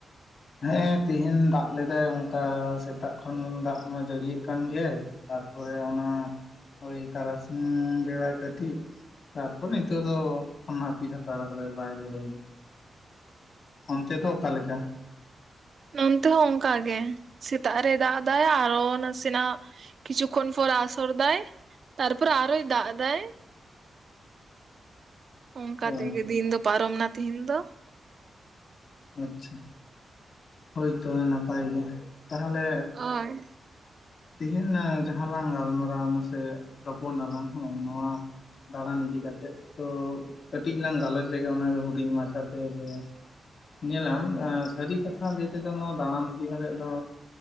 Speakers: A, on the left; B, on the right.
A: ᱦᱮᱸ ᱛᱮᱦᱮᱧ ᱫᱟᱜ ᱞᱮᱫᱟᱭ ᱚᱱᱠᱟ ᱥᱮᱛᱟᱜ ᱠᱷᱚᱱ ᱫᱟᱜ ᱢᱟ ᱡᱟᱹᱲᱤᱭᱮᱫ ᱠᱟᱱ ᱜᱮᱭᱟᱭ, ᱛᱟᱨᱯᱚᱨᱮ ᱚᱱᱟ ᱳᱭ ᱛᱟᱨᱟᱥᱤᱧ ᱵᱮᱲᱟ ᱠᱟᱹᱴᱤᱡ ᱛᱟᱨᱯᱚᱨ ᱱᱤᱛᱚᱜ ᱫᱚ ᱱᱟᱯᱤᱛ ᱦᱟᱛᱟᱲ ᱟᱠᱟᱫᱟᱭ ᱵᱟᱭ ᱡᱚᱨᱚᱮᱫᱟ᱾ ᱚᱱᱛᱮ ᱫᱚ ᱚᱠᱟ ᱞᱮᱠᱟ?
B: ᱱᱚᱱᱛᱮ ᱦᱚᱸ ᱚᱝᱠᱟ ᱜᱮ ᱥᱮᱛᱟᱜ ᱨᱮᱭ ᱫᱟᱜᱫᱟᱭ ᱟᱨᱚ ᱱᱟᱥᱮᱱᱟᱜ ᱠᱤᱪᱷᱩ ᱠᱷᱚᱱ ᱯᱚᱨ ᱟᱥᱚᱨ ᱫᱟᱭ ᱛᱟᱨᱯᱚᱨ ᱟᱨᱚᱭ ᱫᱟᱜ ᱫᱟᱭ᱾ ᱚᱝᱠᱟ
A: ᱚ
B: ᱛᱮᱜᱮ ᱫᱤᱱ ᱫᱚ ᱯᱟᱨᱚᱢᱱᱟ ᱛᱮᱦᱤᱧ ᱫᱚ᱾
A: ᱟᱪᱪᱷᱟ ᱦᱳᱭ ᱛᱚᱵᱮ ᱱᱟᱯᱟᱭ ᱜᱮ, ᱛᱟᱦᱞᱮ
B: ᱚᱭ
A: ᱛᱮᱦᱮᱧ ᱮᱸ ᱡᱟᱦᱟᱸ ᱞᱟᱝ ᱜᱟᱞᱢᱟᱨᱟᱣᱱᱟ ᱥᱮ ᱨᱚᱯᱚᱲ ᱱᱟᱞᱟᱝ ᱦᱚᱸ ᱱᱚᱣᱟ ᱫᱟᱬᱟᱱ ᱤᱫᱤ ᱠᱟᱛᱮᱜ, ᱛᱚ ᱠᱟᱹᱴᱤᱡ ᱞᱟᱝ ᱜᱟᱞᱚᱪ ᱞᱮᱜᱮ ᱚᱱᱟᱜᱮ ᱦᱩᱰᱤᱧ ᱢᱟᱪᱷᱟ ᱛᱮ ᱡᱮ ᱧᱮᱞᱟᱢ ᱮᱸ ᱥᱟᱹᱨᱤ ᱠᱟᱛᱷᱟ ᱞᱟᱹᱭ ᱛᱮᱫᱚ ᱱᱚᱣᱟ ᱫᱟᱬᱟᱱ ᱤᱫᱤ ᱠᱟᱛᱮᱜ ᱫᱚ